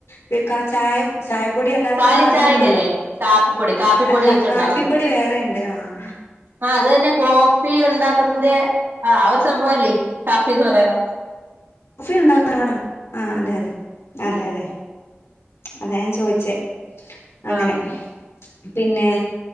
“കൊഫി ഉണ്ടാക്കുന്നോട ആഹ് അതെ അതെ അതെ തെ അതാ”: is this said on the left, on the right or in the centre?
Left